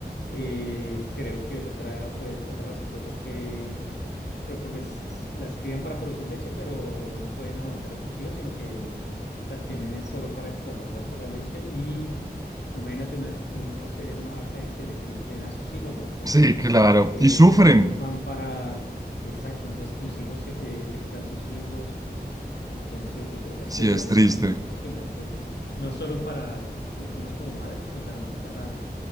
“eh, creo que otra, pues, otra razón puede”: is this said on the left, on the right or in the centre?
Left